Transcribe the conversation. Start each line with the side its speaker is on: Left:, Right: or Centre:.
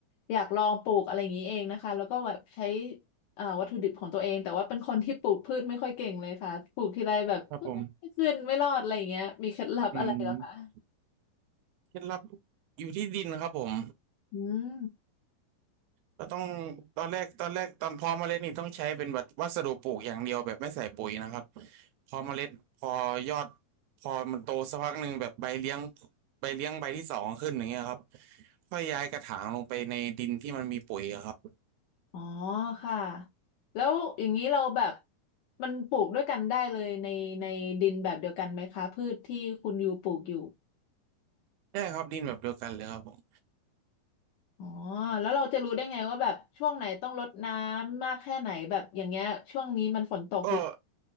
Left: อยากลองปลูกอะไรอย่างนี้เองนะคะแล้วก็แบบใช้เอ่อวัตถุดิบของตัวเองแต่ว่าเป็นคนที่ปลูกพืชไม่ค่อยเก่งเลยค่ะปลูกทีไรแบบ
Right: ครับผม
Left: ไม่ขึ้นไม่รอดอะไรอย่างเงี้ยมีเคล็ดลับอะไรเหรอคะ
Right: อืม เคล็ดลับอยู่ที่ดินครับผม
Left: อืม
Right: ก็ต้องตอนแรกตอนแรกตอนเพาะเมล็ดนี่ต้องใช้เป็นแบบวัสดุปลูกอย่างเดียวแบบไม่ใส่ปุ๋ยนะครับพอเมล็ดพอยอดพอมันโตสักพักหนึ่งแบบใบเลี้ยงใบเลี้ยงใบที่สองขึ้นอย่างเงี้ยครับค่อยย้ายกระถางลงไปในดินที่มันมีปุ๋ยอะครับ
Left: อ๋อค่ะแล้วอย่างนี้เราแบบมันปลูกด้วยกันได้เลยในในดินแบบเดียวกันไหมคะพืชที่คุณยูปลูกอยู่
Right: ใช่ครับดินแบบเดียวกันเลยครับผม
Left: อ๋อแล้วเราจะรู้ได้ไงว่าแบบช่วงไหนต้องรดน้ำมากแค่ไหนแบบอย่างเงี้ยช่วงนี้มันฝนตกเยอะ
Right: ก็